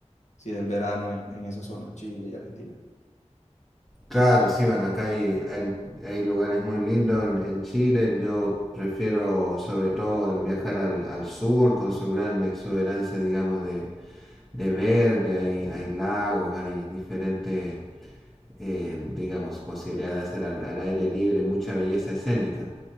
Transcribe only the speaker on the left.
sí, del verano en, en esa zona, Chile y Argentina.